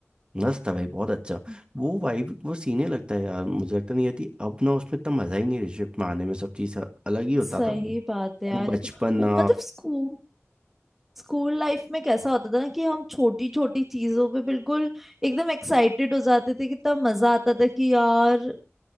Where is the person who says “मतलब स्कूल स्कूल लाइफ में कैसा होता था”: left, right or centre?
Centre